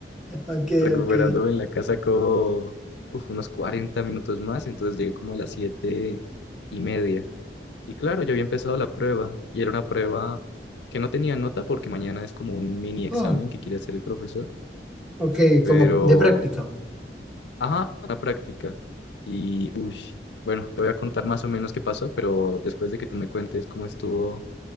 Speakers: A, in the centre; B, on the left.
A: Ok,
B: Recuperándome
A: ok.
B: en la casa como, uf, unos 40 minutos más. Entonces llegué como a las siete y media. Y claro, yo había empezado la prueba y era una prueba que no tenía nota porque mañana es como un mini examen
A: Ah,
B: que quiere hacer el profesor. Ok.
A: ok,
B: Pero
A: como de práctica.
B: Ajá, la práctica. Y, uy, bueno, te voy a contar más o menos qué pasó, pero después de que tú me cuentes cómo estuvo